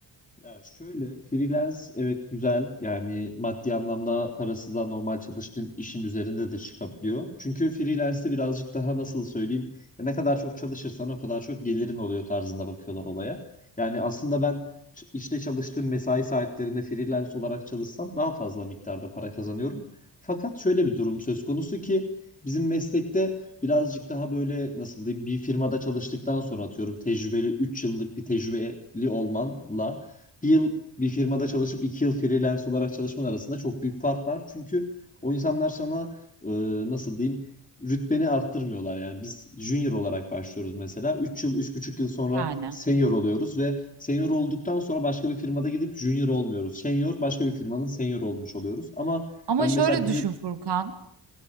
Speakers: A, on the left; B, on the right.
A: Ya şöyle freelance evet güzel yani maddi anlamda parası da normal çalıştığım işin üzerinde de çıkabiliyor. Çünkü freelance'de birazcık daha nasıl söyleyeyim ya ne kadar çok çalışırsan o kadar çok gelirin oluyor tarzında bakıyorlar olaya. Yani aslında ben ç- işte çalıştığım mesai saatlerinde freelance olarak çalışsam daha fazla miktarda para kazanıyorum. Fakat şöyle bir durum söz konusu ki bizim meslekte birazcık daha böyle nasıl diyeyim bir firmada çalıştıktan sonra atıyorum tecrübeli 3 yıllık bir tecrübeli olmanla bir yıl bir firmada çalışıp iki yıl freelance olarak çalışman arasında çok büyük fark var. Çünkü o insanlar sana e, nasıl diyeyim rütbeni arttırmıyorlar. Yani biz junior olarak başlıyoruz mesela. üç yıl, üç buçuk yıl sonra
B: Yani.
A: senior oluyoruz ve senior olduktan sonra başka bir firmada gidip junior olmuyoruz. Senior başka bir firmanın senior olmuş oluyoruz. Ama
B: Ama
A: ben
B: şöyle
A: mesela bir
B: düşün
A: yıl
B: Furkan.